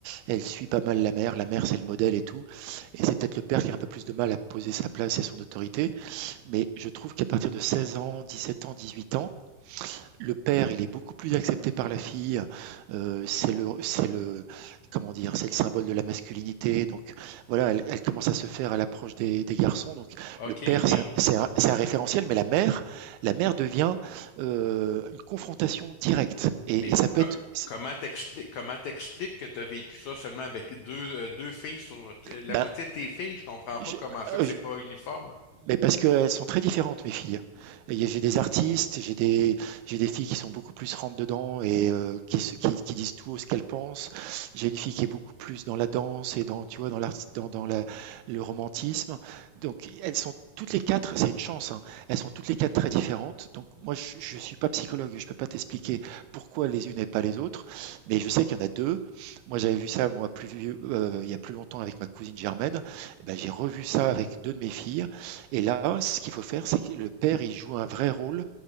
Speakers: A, on the right (about 85°); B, on the left (about 85°).
A: Elle suit pas mal la mère. La mère, c'est le modèle et tout. Et c'est peut-être le père qui a un peu plus de mal à poser sa place et son autorité. Mais je trouve qu'à partir de 16 ans, 17 ans, 18 ans, le père, il est beaucoup plus accepté par la fille. Euh, c'est le, c'est le, comment dire, c'est le symbole de la masculinité. Donc voilà, elle, elle commence à se faire à l'approche des, des garçons. Donc
B: OK,
A: le père,
B: mais,
A: c'est un, un- un référentiel, mais la mère, la mère devient euh, une confrontation directe. Et,
B: mais co-
A: et ça peut
B: co-
A: être, ça,
B: comment t'expliques comment t'expliques que tu as vécu ça seulement avec deux, euh, deux filles sur euh, la
A: ben,
B: moitié de tes filles? Je comprends pas
A: je-
B: comment ça
A: euh,
B: que c'est pas uniforme.
A: Mais parce qu'elles sont très différentes, mes filles. Et J'ai des artistes, j'ai des, j'ai des filles qui sont beaucoup plus rentre dedans et euh, qui, se- qui, qui disent tout ce qu'elles pensent. J'ai une fille qui est beaucoup plus dans la danse et dans, tu vois, dans l'art, dans, dans la- le romantisme. Donc, elles sont toutes les quatre, c'est une chance, hein, elles sont toutes les quatre très différentes. Donc, moi, je, je suis pas psychologue, je peux pas t'expliquer pourquoi les unes et pas les autres, mais je sais qu'il y en a deux. Moi, j'avais vu ça, moi, plus vieux, euh, il y a plus longtemps avec ma cousine Germaine. Eh ben, j'ai revu ça avec deux de mes filles. Et là, ce qu'il faut faire, c'est que le père, il joue un vrai rôle